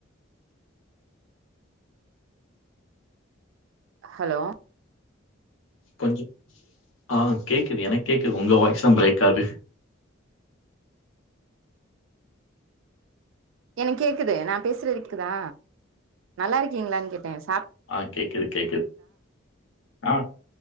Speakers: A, on the right; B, on the left.
A: ஹலோ
B: கொஞ்சம் ஆ கேக்குது எனக்கு கேக்குது உங்க வாய்ஸதா பிரேக் ஆது
A: எனக் கேக்குது நா பேசுறது கேக்குதா நல்லா இருக்கீங்களான்னு கேட்டே சாப்
B: ஆ கேக்குது கேக்குது ஆ